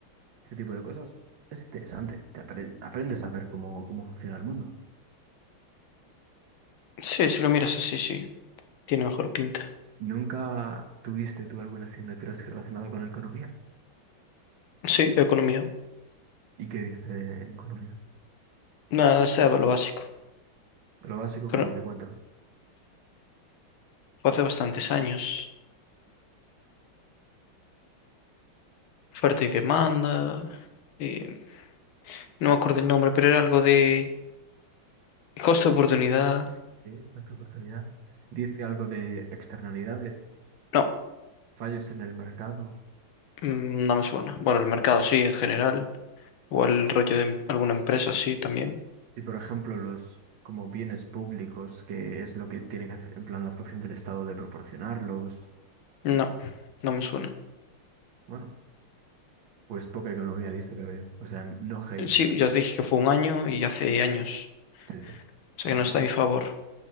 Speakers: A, on the right; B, on the left.
A: ese tipo de cosas, es interesante. Te apre- aprendes a ver cómo, cómo funciona el mundo.
B: Sí, si lo miras así, sí. Tiene mejor pinta.
A: ¿Nunca tuviste tú alguna asignatura así relacionada con la economía?
B: Sí, economía.
A: ¿Y qué diste en economía?
B: Nada, sea lo básico.
A: Lo básico,
B: Cono-
A: como que cuéntame.
B: Fue hace bastantes años. oferta y demanda, eh, no me acuerdo el nombre, pero era algo de costo de oportunidad.
A: Sí, por esta oportunidad. Diste algo de externalidades,
B: No,
A: fallos en el mercado
B: mm, no me suena. Bueno, el mercado sí, en general, o el rollo de alguna empresa sí también.
A: y, por ejemplo, los como bienes públicos, que es lo que tiene que hacer, en plan, la función del Estado de proporcionarlos.
B: No, no me suena.
A: Bueno, pues poca economía diste, veo yo. O sea, no hate,
B: Sí,
A: pero...
B: ya os dije que fue un año y hace años,
A: Sí, sí.
B: o sea
A: Comprendo,
B: que no está
A: comprendo.
B: a mi favor.